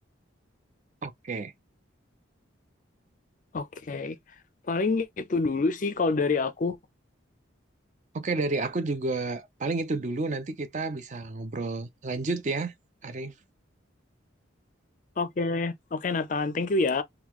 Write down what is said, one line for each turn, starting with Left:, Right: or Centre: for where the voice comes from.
Right: Oke.
Left: Oke, okay. paling itu dulu sih kalau dari aku.
Right: Oke, dari aku juga paling itu dulu. Nanti kita bisa ngobrol lanjut ya, Arif.
Left: Oke, okay. oke okay, Nathan, thank you ya.